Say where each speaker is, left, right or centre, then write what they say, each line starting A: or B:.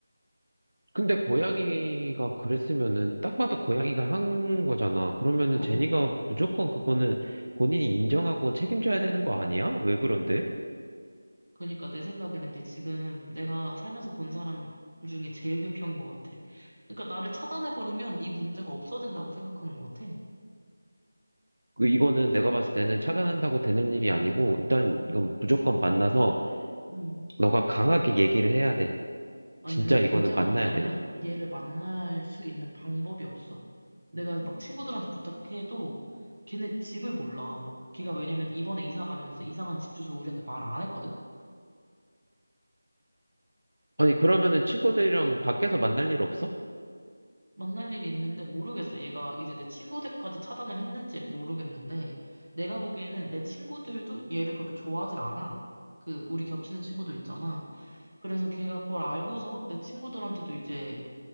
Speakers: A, on the right; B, on the right.
A: 근데 고양이가 그랬으면은 딱 봐도 고양이가 한 거잖아. 그러면은
B: 어어.
A: 제니가 무조건 그거는 본인이 인정하고 책임져야 되는 거 아니야? 왜 그런데?
B: 그러니까 내 생각에는 이제 지금 내가 살면서 본 사람 중에 제일 회평인 것 같아. 그러니까 나를 차단해버리면 이 문제가 없어진다고 생각하는 것 같아.
A: 그 이거는 내가 봤을 때는 차단한다고 되는 일이 아니고 일단
B: 응.
A: 이건 무조건 만나서
B: 응.
A: 너가 강하게 얘기를 해야 돼.
B: 아니,
A: 진짜
B: 근데 문제가
A: 이거는 만나야
B: 뭐냐면
A: 돼.
B: 얘를 만날 수 있는 방법이 없어. 내가 막 친구들한테 부탁해도 걔네 집을 몰라. 걔가 왜냐면 이번에 이사 가면서 이사 간 집 주소를 우리한테 말 안 했거든?
A: 아니 그러면은 친구들이랑 밖에서 만날 일 없어?
B: 만날 일이 있는데 모르겠어. 얘가 이제 내 친구들까지 차단을 했는지 모르겠는데 내가 보기에는 내 친구들도 얘를 그렇게 좋아하질 않아. 그 우리 겹치는 친구들 있잖아. 그래서 걔가 그걸 알고서 내 친구들한테도 이제